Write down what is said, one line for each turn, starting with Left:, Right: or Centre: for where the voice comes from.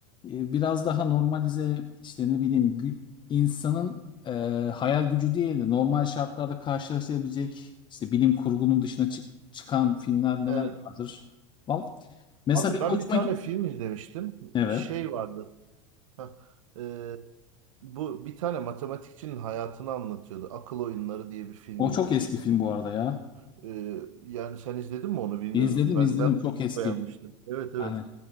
Left: e, biraz daha normalize işte ne bileyim gü- insanın e, hayal gücü değil de normal şartlarda karşılaşabilecek işte bilim kurgunun dışına çık- çıkan filmler neler
Right: evet.
Left: vardır. Vallahi, mesela
Right: Abi
Left: benim
Right: ben
Left: hoşuma
Right: bir tane
Left: git-
Right: film izlemiştim.
Left: Evet.
Right: Şey vardı. Hah. E, bu bir tane matematikçinin hayatını anlatıyordu. Akıl Oyunları diye bir film
Left: O
Right: izlemiştim.
Left: çok eski film bu arada ya.
Right: Ee, yani sen izledin mi onu bilmiyorum.
Left: İzledim
Right: Ben
Left: izledim
Right: ben onu
Left: çok
Right: çok
Left: eski.
Right: beğenmiştim. Evet evet.
Left: Hani